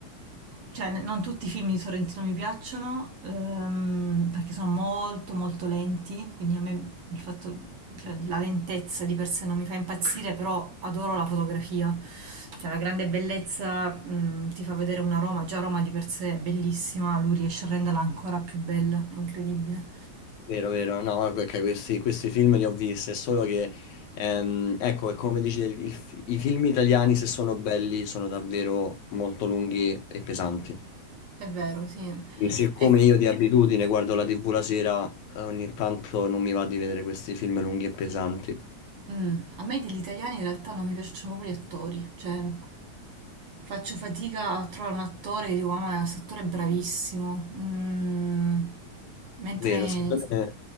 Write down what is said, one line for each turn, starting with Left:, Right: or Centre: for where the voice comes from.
Right: cioè, n- non tutti i film di Sorrentino mi piacciono, ehm, perché sono molto molto lenti, quindi a me il fatto, cioè, la lentezza di per sé non mi fa impazzire, però adoro la fotografia. Cioè, la grande bellezza, mm, ti fa vedere una Roma, già Roma di per sé è bellissima, lui riesce a renderla ancora più bella, è incredibile.
Left: Vero, vero, no, ok, questi, questi film li ho visti, è solo che, ehm, ecco, è come dici, il- il- i film italiani se sono belli sono davvero molto lunghi e pesanti.
Right: È vero, sì.
Left: E Siccome
Right: Ecco,
Left: io di abitudine guardo la TV la sera, eh, ogni tanto non mi va di vedere questi film lunghi e pesanti.
Right: Mm, a me degli italiani in realtà non mi piacciono proprio gli attori, cioè faccio fatica a trovare un attore che dico, ma questo attore è bravissimo. Mm, mentre,
Left: Vero, secondo me...